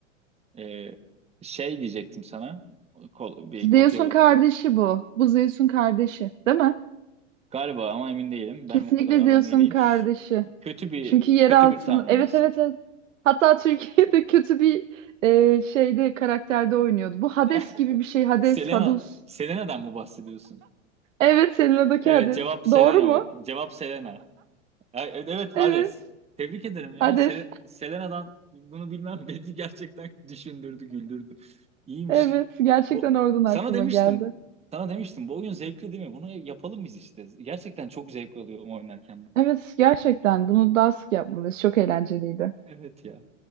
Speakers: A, on the right; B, on the right.
A: Ee, şey diyecektim sana. Kol- bir kopya
B: Zeus'un kardeşi bu. Bu Zeus'un kardeşi, değil mi?
A: galiba ama emin değilim.
B: Kesinlikle
A: Benim o kadar aramayı
B: Zeus'un
A: değil.
B: kardeşi.
A: Ş- Kötü bir
B: Çünkü yer
A: kötü
B: altın.
A: bir tanrımız.
B: Evet evet evet. Hatta Türkiye'de <laughs> kötü bir e, şeyde karakterde oynuyordu. Bu Hades
A: <laughs>
B: gibi bir şey. Hades,
A: Selena
B: Hadus.
A: Selena'dan mı bahsediyorsun?
B: Evet Selena'daki
A: Evet
B: Hades.
A: cevap Selena.
B: Doğru mu?
A: o- Cevap Selena. Ay, Evet
B: Evet.
A: Hades. Tebrik ederim ya.
B: Hades.
A: Sele- Selena'dan bunu bilmem <laughs> beni gerçekten düşündürdü, güldürdü.
B: <laughs>
A: İyiymiş.
B: Evet. Gerçekten
A: Bu
B: oradan
A: sana
B: aklıma
A: demiştim.
B: geldi.
A: Sana demiştim bu oyun zevkli değil mi? Bunu yapalım biz işte. Gerçekten çok zevk alıyorum oynarken bu.
B: Evet gerçekten bunu daha sık yapmalıyız. Çok eğlenceliydi.
A: Evet ya.